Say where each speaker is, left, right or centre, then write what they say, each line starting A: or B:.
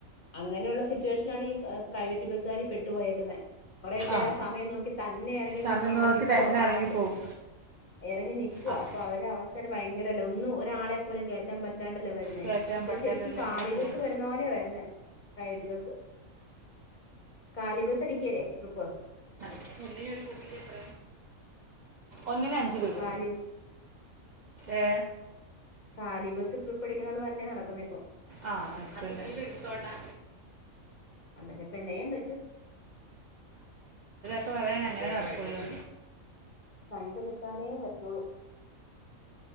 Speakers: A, on the left; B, on the right.
A: അങ്ങനെയുള്ള സിറ്റുവേഷ ലാണി പ്രൈവറ്റ് ബസാര്പെട്ട് പോയക്കുന്നേ കെറെ പേര്
B: ആ
A: ആസമയ നോ തന്നെ ഇറങ്ങി
B: സമയം
A: നിന്ന് അവിടെ
B: നോക്കി
A: നിക്കുവാ
B: തന്നെ
A: കാവല്
B: ഇറങ്ങിപ്പോവും
A: ഇറങ്ങി നിക്കുവ
B: അപ്പ്
A: അപ്പൊ അവര അവസ്ഥ ഭയങ്കരല്ല ഒന്നും ഒരാളെ പോലും കേറ്റാൻ പ ത്താണ്ടല്ലേ വരുന്നേ
B: കയറ്റാൻ
A: പ
B: പറ്റാത്തതിൽ
A: ശരിക്കും കാലി
B: ഇങ്ങനെ പോവും
A: ബസ്സ് വരുന്ന പോലെയ വരുന്നേ പ്രൈവറ്റ് ബസ് കാലി ബസ് അടിക്കല്ലേ ട്രിപ്പ്
B: ഒന്നിന് ഒരു <unintelligible> ഒന്നിന് അഞ്ച് രൂപ
A: കാലി
B: ഏ
A: കാലി ബസ് ട്രിപ്പ് അടിക്കുന്ന പോലെ തന്നെ നടക്കുന്നേ ഇപ്പൊ
B: ആ എത്തോണ്ട <unintelligible>
A: എന്നിട്ട് പ്പൊന്ത്യ്യാൻപറ്റും.
B: ഒക്കെ പറയാൻ അങ്ങനെ നടക്കുള്ളു
A: കണ്ട നിൽക്കാനേ പറ്റുള്ളൂ